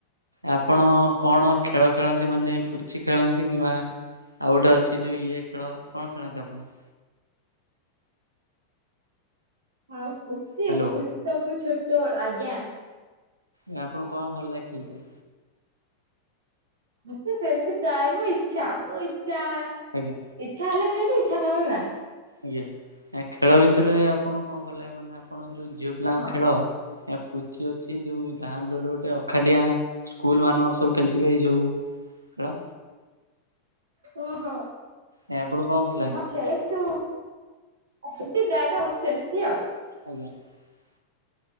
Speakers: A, on the right; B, on the right.
A: ଆପଣ କଣ ଖେଳ ଖେଳନ୍ତି ମାନେ ପୁଚି ଖେଳନ୍ତି କିମ୍ବା ଆଉ ଗୋଟେ ଅଛି ଯଉ ଇଏ ଖେଳ, କଣ ଖେଳନ୍ତି ଆପଣ?
B: ହଁ ପୁଚି
A: ହ୍ୟାଲୋ
B: ପୁଚି ତ ମୁଁ ଛୋଟବେଳୁ ଆଜ୍ଞା
A: ଏ ଆପଣ କଣ ଭଲ ଲାଗେ ଖେଳଥା?
B: ମତେ ସେମିତି ପ୍ରାୟ ମୋ ଇଛା, ମୋ ଇଛା,
A: ଆଜ୍ଞା
B: ଇଛା ହେଲେ ଖାଇବି ଇଛା ନ ହେଲେ ନାଇଁ।
A: ଆଜ୍ଞା, ଏଁ ଖେଳ ଭିତରେ ଆପଣଙ୍କୁ କଣ ଭଲ ଲାଗେ ମାନେ ଆପଣ ଯୋଉ ଝିଅ ପିଲାଙ୍କ
B: ହଁ
A: ଖେଳ? ଏ ପୁଚି ଅଛି ଯୋଉ ଧାନ୍ଧୋଡ ଗୋଟେ ଅଖାଡିଆଁ ସ୍କୁଲ ମାନଙ୍କର ସବୁ ଖେଳିଥିବେ, ଏଇ ସବୁ ଖେଳ
B: ଓହୋ
A: ଏ ଆପଣଙ୍କୁ କଣ ଭଲ ଲାଗେ?
B: ହଁ <unintelligible> ଆଉ ସେମିତି ପ୍ରାୟତଃ ସେମିତି ଆଉ।
A: <inaudible>